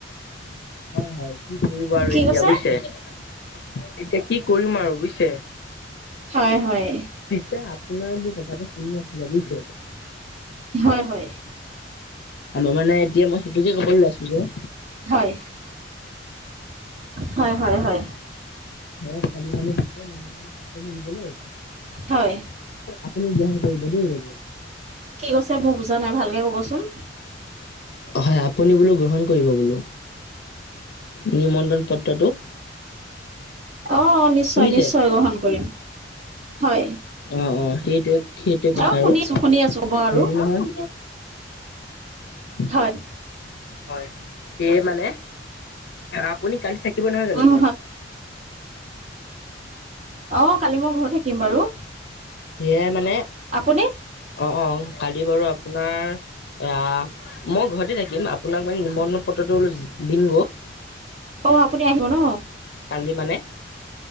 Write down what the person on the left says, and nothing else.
হয় হয় কি কৰিব আৰু
এতিয়া
বুজিছে। এতিয়া কি কৰিম আৰু বুজিছে।
পিছে আপোনাৰ মোৰ কথাটো শুনি আছিলে বুজিছে।
আৰু মানে এতিয়া মই সেইটোকে ক'বলৈ লৈছিলো <unintelligible>
<unintelligible> নিমন্ত্ৰণ পত্ৰ ধৰিবলৈ
আপুনি গ্ৰহান কৰিব দেই বাইদেউ।
হয় আপুনি বোলো গ্ৰহণ কৰিব বোলো। নিমন্ত্ৰণ পত্ৰটো।
শুনিছে?
অ অ সেইটেৱে সেইটোৱে কথা
আৰু
হেৰি নহয় <unintelligible>
হয় সেয়ে মানে আপুনি কালি থাকিব নহয় জানো
ঘৰত?
সেয়াই মানে
অ অ কালি বাৰু আপোনাৰ এ মই ঘৰতে থাকিম আপোনাক মানে নিমন্ত্ৰণ পত্ৰটো দিম গ
কান্দি মানে